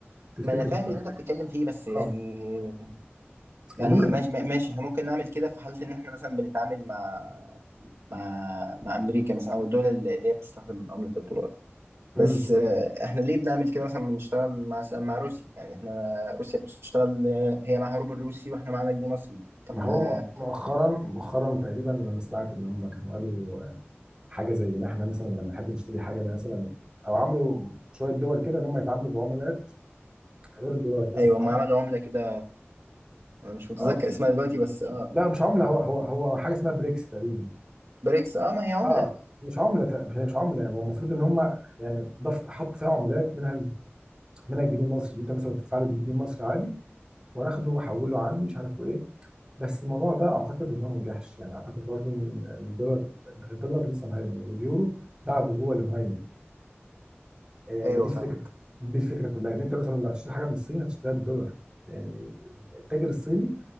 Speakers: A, on the right; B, on the right.
A: تفتكر
B: ما انا فاهم
A: مثلا
B: اللي انت بتتكلم فيه بس يعني
A: اه
B: يعني
A: انما
B: ماشي ماشي احنا ممكن نعمل كده في حاله ان احنا مثلا بنتعامل مع مع مع امريكا مثلا او الدول اللي اللي هي بتستخدم عمله الدولار
A: مم.
B: بس آه، احنا ليه بنعمل كده مثلا بنشتغل مع مع روسيا يعني احنا روسيا بتشتغل آه، هي معاها روبل روسي واحنا معانا جنيه مصري طب
A: ما
B: ما
A: هو مؤ- مؤخرا مؤخرا تقريبا انا سمعت ان هم كانوا قالوا حاجه زي ان احنا مثلا لما نحب نشتري حاجه مثلا او عملوا شويه دول كده ان هم يتعاملوا بعملات غير الدولار بس
B: ايوه
A: اه
B: ما عملوا عملة كده انا مش متذكر
A: آه.
B: اسمها دلوقتي بس اه
A: لا مش عمله هو هو هو حاجه اسمها بريكس تقريبا
B: بريكس اه ما هي عملة
A: اه مش عمله تق- هي مش عمله هو المفروض ان هم يعني ضف حطوا فيها عملات منها ال- منها الجنيه المصري انت مثلا تدفع لي بالجنيه المصري عادي وانا اخده واحوله عندي مش عارف ايه بس الموضوع ده اعتقد ان هو ما نجحش يعني اعتقد برضو ان إن الدولار الدولار لسه مهيمن واليورو بعده هو اللي مهيمن آه،
B: ايوه
A: دي الفكره
B: فاهمك
A: دي الفكره كلها ان انت مثلا لو هتشتري حاجه من الصين هتشتريها بالدولار يعني التاجر الصيني